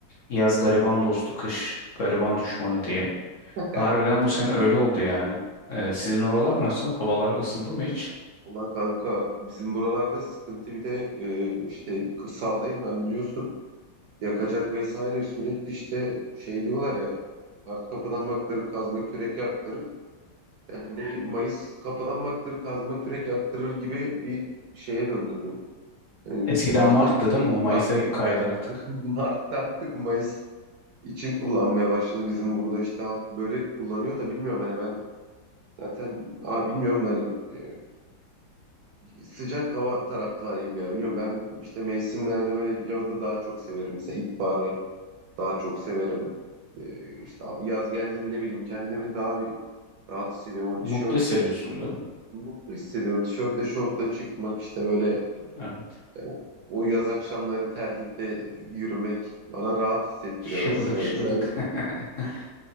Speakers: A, on the left; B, on the right.
A: Yaz gariban dostu, kış gariban düşmanı diye.
B: <laughs>
A: Harbiden
B: Heh.
A: bu sene öyle oldu yani. Ee, sizin oralar nasıl? Havalar ısındı mı hiç?
B: Ona kanka bizim buralarda sıkıntı bir de e, işte kırsaldayım ben biliyorsun. Yakacak vesaire sürekli işte şey diyorlar ya art kapıdan baktırır kazma kürek yaktırır. Yani Mayıs kapıdan baktırır kazma kürek yaktırır gibi bir şeye döndü bu. Yani
A: Eskiden
B: artık
A: Mart'tı değil mi? O Mayıs'a
B: at-
A: kaydı artık.
B: <laughs> Mart artık Mayıs için kullanmaya başladı. Bizim burada işte halk böyle kullanıyor da bilmiyorum hani ben zaten aa, bilmiyorum da hani e, Sıcak hava taraftarıyım ya. Biliyorum ben işte mevsimlerde böyle yazı daha çok severim. Mesela ilkbaharı daha çok severim. Ee, işte abi yaz geldi mi ne bileyim kendimi daha bir rahat hissediyorum. O
A: Mutlu
B: tişörtle
A: hissediyorsun değil mi?
B: mutlu hissediyorum. Tişörtle şortla çıkmak işte böyle
A: Evet.
B: e, o, o yaz akşamları terlikte yürümek bana rahat hissettiriyor
A: Şıpıdık
B: mesela.
A: şıpıdık.
B: Böyle sen,
A: <laughs>